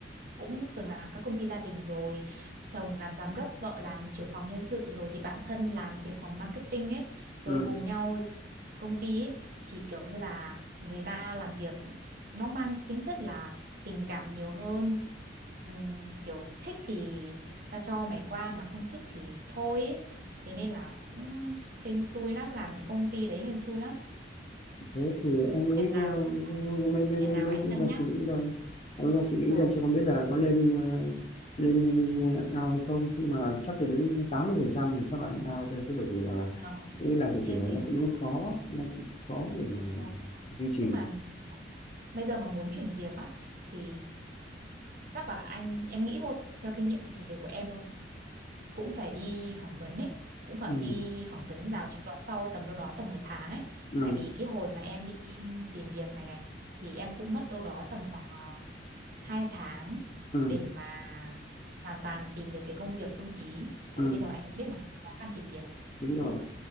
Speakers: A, on the right; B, on the left.
A: cũng từng làm các công ty gia đình rồi, chồng làm giám đốc, vợ làm trưởng phòng nhân sự rồi thì bạn thân làm trưởng phòng marketing ấy, rồi
B: ừ.
A: cùng nhau làm công ty ấy, thì kiểu như là người ta làm việc nó mang tính chất là tình cảm nhiều hơn. Ừm, kiểu thích thì ta cho mày qua mà không thích thì thôi ấy. Thế nên là cũng hên xui lắm, làm những công ty đấy hèn xui lắm.
B: thế thì anh mới
A: Hèn
B: ờ,
A: nào
B: mới mới mới
A: thế nào
B: mới
A: anh cân
B: đang
A: nhắc
B: suy nghĩ rồi anh đang suy nghĩ
A: Đó.
B: xem cho con biết là có nên ờ, lên, lên, lên ao hay không nhưng mà chắc là đến tám mươi phần trăm là chắc là ao thôi chứ bởi vì là
A: vâng
B: nghĩ làm cái
A: nghe
B: kiểu này
A: thấy
B: nó
A: cũng
B: cũng khó nó cũng khó để mà
A: khó
B: duy trì
A: nhưng mà bây giờ mà muốn chuyển việc á thì chắc là anh em nghĩ thôi theo kinh nghiệm của chuyển việc của em thôi cũng phải đi phỏng vấn ấy cũng phải
B: ừ
A: đi phỏng vấn rào trước đón sau tầm đâu đó tầm một tháng ấy
B: ừ
A: tại vì cái hồi mà em đi tìm việc này này thì em cũng mất đâu đó tầm khoảng ờ, 2 tháng
B: ừ
A: để mà hoàn toàn tìm được cái công việc ưng ý. Tại
B: ừ
A: vì bây giờ anh cũng biết mà, khó khăn tìm việc,
B: đúng rồi